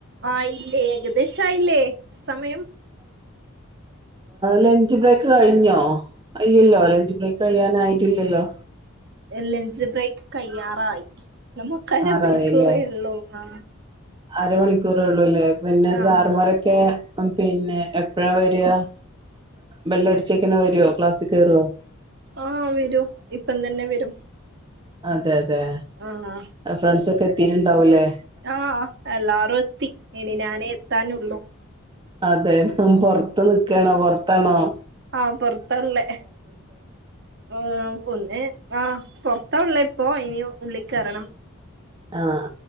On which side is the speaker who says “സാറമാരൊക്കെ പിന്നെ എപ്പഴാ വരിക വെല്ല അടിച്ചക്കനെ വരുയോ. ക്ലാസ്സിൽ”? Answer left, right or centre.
Right